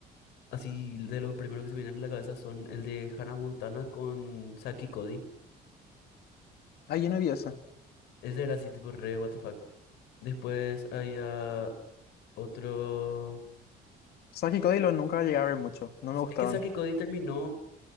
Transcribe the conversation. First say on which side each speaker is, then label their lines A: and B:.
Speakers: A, on the left (about 85°); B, on the left (about 65°).
A: así de los primeros que se me vienen a la cabeza, son el de Hannah Montana con Saki y Cody.
B: Ah, yo no vi eso.
A: Ese era así, tipo re, what the fuck. Después había otro.
B: Saki y Cody lo nunca llegué a ver mucho, no me gustaban.
A: Es que Saki Cody terminó